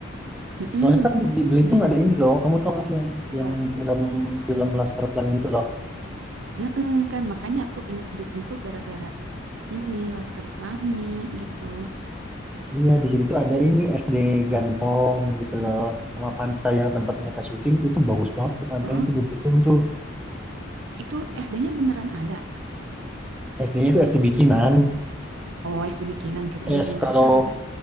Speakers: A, on the right (about 70°); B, in the centre.
A: mhm,
B: Soalnya kan di Belitung
A: bis
B: ada ini loh. Kamu tau gak sih yang
A: apa?
B: yang film film Laskar Pelangi itu loh.
A: Heeh, kan makanya aku inget Belitung tuh gara-gara ini Laskar Pelangi gitu.
B: Iya di situ tuh ada ini SD Gantong gitu loh. Sama pantai yang tempat mereka syuting itu bagus banget tuh pantainya
A: Heeh.
B: tuh di Belitung tuh.
A: Itu SD-nya beneran ada.
B: SD-nya itu SD bikinan.
A: Oh, SD bikinan kirain
B: Yes,
A: beneran
B: kalau
A: ada.